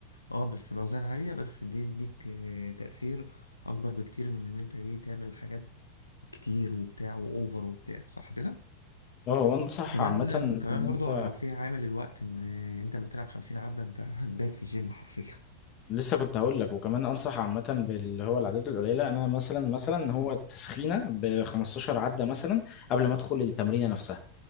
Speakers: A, on the left; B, on the left.
A: اه بس باوزان عاليه بس دي تديك آه، تاثير اكبر بكتير من ان انت ايه تعمل حاجات كتير وبتاع واوفر وبتاع صح كده
B: اه وانصح
A: وكمان
B: عامة ان
A: كمان برضو
B: انت
A: فيها عامل الوقت ان انت لما تلعب 50 عده انت هتبات في الجيم حرفيا
B: لسه كنت هقول لك وكمان انصح عامة باللي هو العدات القليلة انا مثلا مثلا هو التسخينة ب 15 عدة مثلا قبل ما ادخل التمرينة نفسها